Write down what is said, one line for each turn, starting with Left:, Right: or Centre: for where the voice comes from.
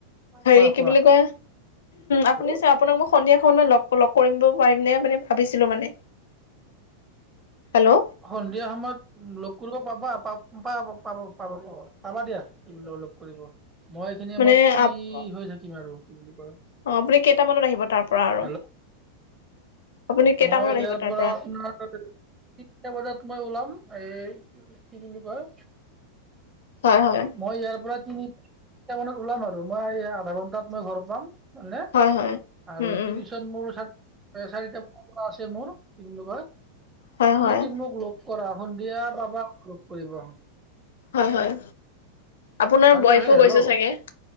Left: হেৰি
Right: কোৱা
Left: কি
Right: কোৱা
Left: বুলি কয় আপুনি
Right: হেল্ল'।
Left: চাৰ আপোনাক মই সন্ধিয়া সময়ত মই লগ লগ কৰিব পাৰিম নে মানে ভাবিছিলো মানে হেল্ল'!
Right: সন্ধিয়া সময়ত লগ কৰিব পাবা পা-পাবা পাব পাব পা পাবা দিয়া। কি বোলে লগ কৰিব মই এইখিনি
Left: মানে
Right: আমাৰ ফ্ৰী
Left: আপ
Right: হৈ থাকিম আৰু কি বুলি কয়।
Left: অ', আপুনি কেইটামানত আহিব তাৰ পৰা আৰু?
Right: হেল্ল'
Left: আপুনি কেইটামানত
Right: মই ইয়াৰ
Left: আহিব তাৰ
Right: পৰা আপোনাৰ তিনিটা বজাত মই ওলাম এ কি বুলি কয়।
Left: হয়, হয়।
Right: মই ইয়াৰ পৰা তিনি তিনিটা মানত ওলাম আৰু মই আধা ঘণ্টাত মই ঘৰ পাম। মানে
Left: হয় হয়
Right: আৰু
Left: উম উম
Right: টিউচন মোৰ এ চাৰিটা মানৰ পৰা আছে মোৰ কি বুলি কয়। তুমি
Left: হয় হয়
Right: যদি মোক লগ পৰা সন্ধিয়া পাবা লগ কৰিবা।
Left: হয়, হয়। আপোনাৰ
Right: আৰু
Left: ৱাইফো
Right: সেই হেল্ল'
Left: গৈছে চাগে